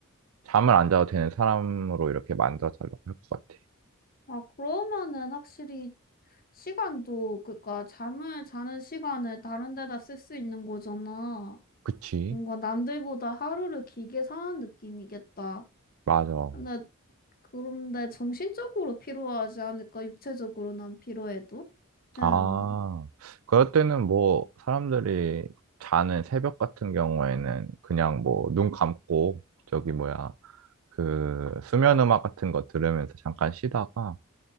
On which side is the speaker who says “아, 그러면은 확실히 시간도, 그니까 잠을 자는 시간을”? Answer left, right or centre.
Left